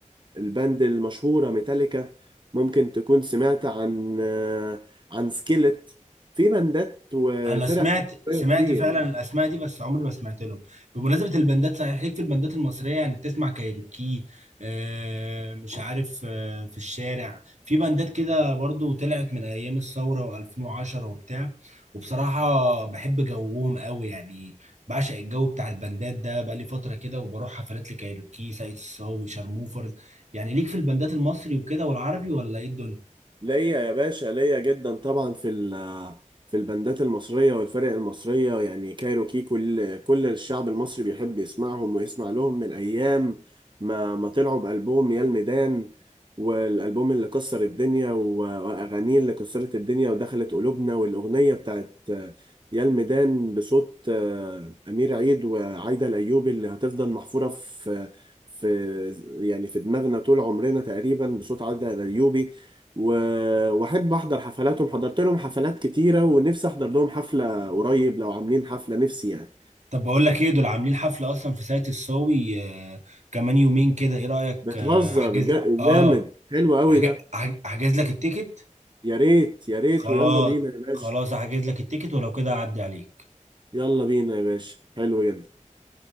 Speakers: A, on the right; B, on the right.
A: الباند المشهورة ميتاليكا ممكن تكون سمعت عن آه، عن سكيلت في باندات وفرق
B: انا سمعت سمعت
A: كتير
B: فعلا
A: يعني
B: الاسماء دي بس عمري ما سمعت لهم بمناسبه البندات صحيح ليك في البندات المصريه يعني بتسمع كايروكي آه مش عارف آه في الشارع في بندات كده برضو طلعت من ايام الثوره و2010 وبتاع وبصراحه بحب جوهم قوي يعني بعشق الجو بتاع البندات ده بقالي فتره كده وبروح حفلات لكايروكي سعيد الصاوي شارموفرز يعني ليك في البندات المصري وكده والعربي ولا ايه الدنيا
A: ليا يا باشا ليا جدا طبعا في ال في البندات المصرية والفرق المصرية يعني كايروكي كل كل الشعب المصري بيحب يسمعهم ويسمع لهم من أيام ما ما طلعوا بألبوم يا الميدان والألبوم اللي كسر الدنيا و- وأغانيه اللي كسرت الدنيا ودخلت قلوبنا والأغنية بتاعت يا الميدان بصوت آه، أمير عيد وعايدة الأيوبي اللي هتفضل محفورة في في يعني في دماغنا طول عمرنا تقريبا بصوت عايدة الأيوبي و- واحب احضر حفلاتهم حضرت لهم حفلات كتيره ونفسي احضر لهم حفله قريب لو عاملين حفله نفسي يعني
B: طب بقول لك ايه دول عاملين حفلة اصلا في ساقية الصاوي آه، كمان يومين كده ايه رأيك
A: بتهزر
B: آه، احجز
A: جا-
B: اه
A: جامد حلو قوي
B: أحج-
A: ده
B: أحج- احجز لك التيكت
A: يا ريت يا ريت
B: خلاص
A: ويلا بينا يا باشا
B: خلاص احجز لك التيكت ولو كده اعدي عليك
A: يلا بينا يا باشا حلو جدا